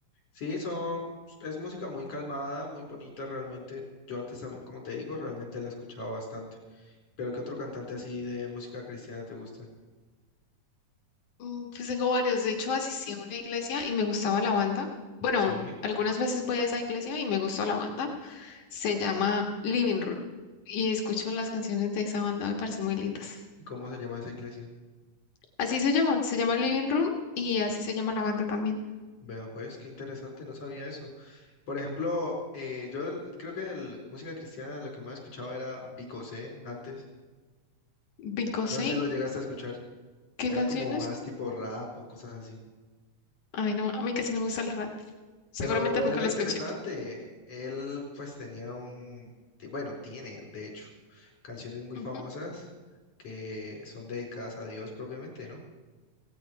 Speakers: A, on the left; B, on the left.
A: Sí, son, es música muy calmada, muy bonita realmente. Yo antes también, como te digo, realmente la he escuchado bastante. ¿Pero qué otro cantante así de música cristiana te gusta?
B: Mm, Pues tengo varios, de hecho asistí a una iglesia y me gustaba la banda. Bueno,
A: Sí.
B: algunas veces voy a esa iglesia y me gustó la banda, se llama Living Room y escucho las canciones de esa banda, me parecen muy lindas.
A: ¿Y cómo se llama esa iglesia?
B: Así se llama, se llama Living Room y así se llama la banda también.
A: Vea, pues qué interesante, no sabía eso. Por ejemplo, eh, yo del- creo que de música cristiana lo que más escuchaba era Vicosé antes.
B: Because
A: No
B: I,
A: sé si lo llegaste a escuchar.
B: ¿qué
A: Era
B: canciones?
A: como más tipo rap o cosas así.
B: Ay, no, a mí casi no me gusta el rap. Seguramente
A: Pero él
B: nunca
A: era
B: lo
A: interesante.
B: escuché.
A: Él pues tenía un, ti- bueno, tiene, de hecho, canciones muy
B: Ujú.
A: famosas que son dedicadas a Dios propiamente, ¿no?